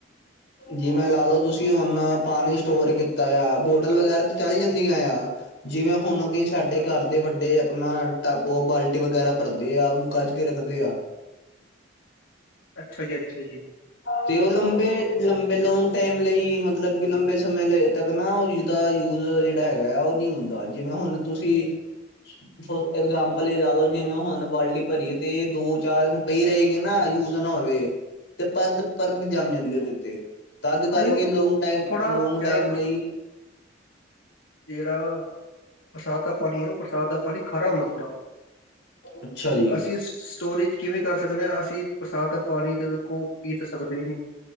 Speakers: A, on the left (about 65°); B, on the left (about 85°).
A: ਜਿਵੇਂ ਲਾ ਲਓ ਤੁਸੀਂ ਹੁਣ ਪਾਣੀ ਸਟੋਰ ਕੀਤਾ ਆ ਬੋਟਲ ਵਗੈਰਾ ਤੇ ਚੱਲ ਜਾਂਦੀਆਂ ਆ ਜਿਵੇਂ ਹੁਣ ਕਈ ਸਾਡੇ ਘਰ ਦੇ ਵੱਡੇ ਆਪਣਾ ਟਬ ਬਾਲਟੀ ਵਗੈਰਾ ਭਰਦੇ ਆ ਉਹ ਕੱਜ ਕੇ ਰੱਖਦੇ ਆ।
B: ਅੱਛਾ ਜੀ-ਅੱਛਾ ਜੀ।
A: ਤੇ ਉਹ ਲੰਬੇ ਲੰਬੇ ਲੌਂਗ ਟਾਈਮ ਲਈ ਮਤਲਬ ਕਿ ਲੰਬੇ ਸਮੇਂ ਲਏ ਢਕਣਾ ਨਾ ਉਹ ਜਦਾ ਯੂਜ ਜਿਹੜਾ ਹੈਗਾ ਉਹ ਨਹੀਂ ਹੁੰਦਾ ਜਿਵੇਂ ਹੁਣ ਤੁਸੀਂ ਅ <inaudible> ਫੋਰ ਇਗਜਾਮਪਲ ਇਹ ਲਾ ਲੋਓ ਜਿਵੇਂ ਹੁਣ ਬਾਲਟੀ ਭਰੀਏ ਤੇ ਦੋ ਚਾਰ ਦਿਨ ਪਈ ਰਹੇਗੀ ਨਾ ਯੂਜ ਨਾ ਹੋਵੇ ਤੇ ਪਰਦ ਪਰਦ ਜੰਮ ਜਾਂਦੇ ਉਹਦੇ ਉਤੇ ਤਦ ਕਰਕੇ
B: ਆਇਓ
A: ਲੌਂਗ ਟਾਈਮ
B: ਥੋੜਾ
A: ਲੌਂਗ
B: ਜਿਹੜਾ
A: ਟਾਈਮ
B: ਬਰਸ
A: ਲਈ
B: ਜਿਹੜਾ ਬਰਸਾਤ ਦਾ ਪਾਣੀ ਹੈ ਉਹ ਬਰਸਾਤ ਦਾ ਪਾਣੀ ਖਰਾ ਹੁੰਦਾ ਥੋੜਾ
A: ਅੱਛਾ ਜੀ
B: ਅਸੀਂ ਸਟੋਰੇਜ ਕਿਵੇਂ ਕਰ ਸਕਦੇ ਹਾਂ ਅਸੀਂ ਪ੍ਰਸਾਦ ਪਾਣੀ ਦੇ ਵਖੋ ਪੀ ਤਾਂ ਸਕਦੇ ਨਹੀਂ।